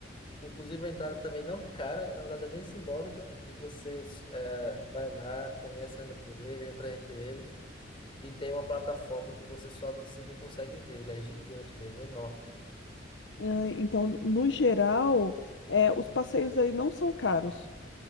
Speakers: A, on the left; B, on the left.
A: Inclusive a entrada também não é cara, na verdade é bem simbólica. E você eh, vai lá, conhece, anda por ele, entra entre ele. E tem uma plataforma que você sobe em cima e consegue ver. Ele é gigante mesmo, enorme.
B: Ah, Então, no geral, é, os passeios aí não são caros.